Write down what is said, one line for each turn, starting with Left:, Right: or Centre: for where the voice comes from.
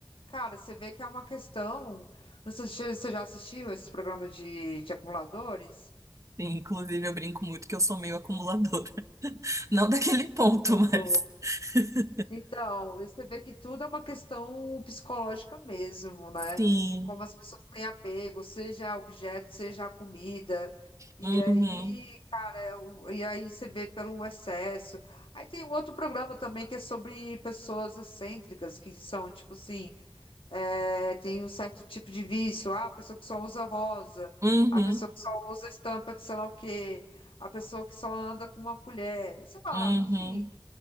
Left: Cara, você vê que é uma questão. Não sei se você já assistiu esses programas de, de acumuladores.
Right: Inclusive, eu brinco muito que eu sou meio acumuladora. <laughs> Não daquele ponto,
Left: Socorro.
Right: mas. <laughs>
Left: Então, você vê que tudo é uma questão psicológica mesmo, né?
Right: Sim.
Left: Como as pessoas têm apego, seja a objeto, seja a comida. E
Right: Uhum.
Left: aí, cara, é o- e aí você vê pelo excesso. Aí tem um outro programa também que é sobre pessoas excêntricas, que são, tipo assim, é, tem um certo tipo de vício. Ah, a pessoa que só usa rosa,
Right: Uhum.
Left: a pessoa que só usa estampa de sei lá o quê, a pessoa que só anda com uma colher, sei lá,
Right: Uhum.
Left: enfim.